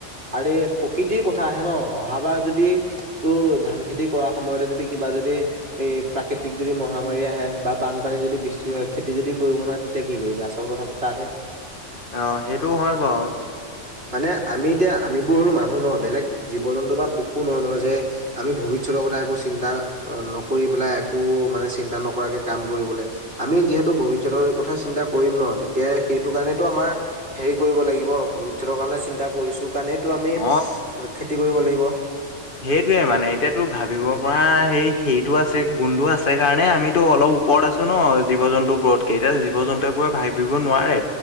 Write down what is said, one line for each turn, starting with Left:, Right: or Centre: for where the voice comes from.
Right: আৰে প্ৰকৃতিৰ কথা আহে ন! অহাবাৰ যদি তোৰ ধানখেত খেতি কৰা সময়তে যদি কিবা যদি এই প্ৰাকৃতিক যদি মহামাৰী আহে বা বানপানী যদি বেছি হয় খেতি যদি কৰিব নোৱাৰে তেতিয়া কি কৰিবি আচল কথাটো তাত হে
Left: অঁ সেইটোও হয় বাৰু
Right: মানে আমি এতিয়া আমিবোৰ হলো মানুহ ন বেলেগ জীৱ জন্তু বা পশু নহয় নহয় যে আমি ভৱিষ্য কথা একো চিন্তা নকৰি পেলাই একো মানে চিন্তা নকৰাকে কাম কৰিবলৈ আমি যিহেতু ভৱিষ্যতৰ কথা চিন্তা কৰিম ন তেতিয়া সেইটো কাৰণেতটো আমাৰ হেৰি কৰিব লাগিব ভৱিষ্যতৰ লৈ, চিন্তা কৰিছো কাৰণেইটো আমি,
Left: অ
Right: খেতি কৰিব লাগিব।
Left: সেইটোয়ে মানে এতিয়াতো ভাবিব পৰা সেই হেৰিটো আছে গুণটো আছে কাৰণে আমিতো অলপ ওপৰত আছো ন জীৱ জন্তু বোৰতকে, এতিয়া জীৱ জন্তুৱে বোৰে ভাবিব নোৱাৰে।